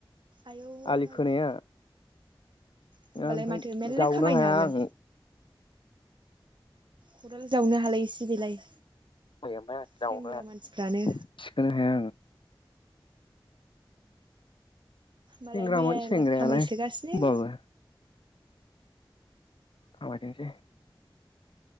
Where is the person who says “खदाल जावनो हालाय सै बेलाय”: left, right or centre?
Right